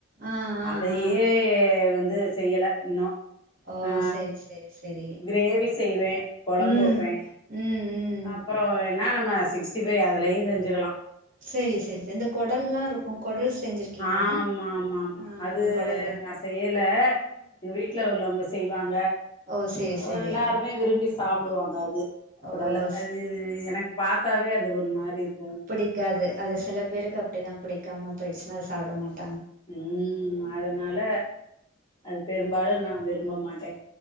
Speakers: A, on the right; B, on the left.
A: ஆ ஆ
B: அதையே
A: ஆ
B: வந்து செய்யல இன்னு
A: ஓ
B: ஆ
A: சரி சரி சரி
B: கிரேவி செய்வே கொழம்பு
A: ம்
B: வப்பே
A: ம் ம்
B: அப்புற வேணா நம்ம சிக்ஸ்டி ஃபைவ் அதுலயு செஞ்சுக்கலா
A: சேரி செரி செரி இந்த கொடல்லா இருக்கும் கொடல் செஞ்சிருக்கீங்களா
B: ஆமா ஆமா ஆமா
A: ஆ கொடல்
B: அது நா செய்யல எங்க வீட்ல உள்ளவங்க செய்வாங்க
A: ஓ சரி
B: ஆ
A: சரி
B: எல்லாருமே விரும்பி சாப்புடுவாங்க அது
A: ஓ
B: கொடல
A: ஸ்
B: அது இது எனக்கு பாத்தாவே அது ஒரு மாரி இருக்
A: புடிக்காது அது சில பேருக்கு அப்டிதா புடிக்காம போயிடுச்சுன்னா அத சாப்ட மாட்
B: ம் அதனால அது பெரும்பாலு நா விரும்ப மாட்டே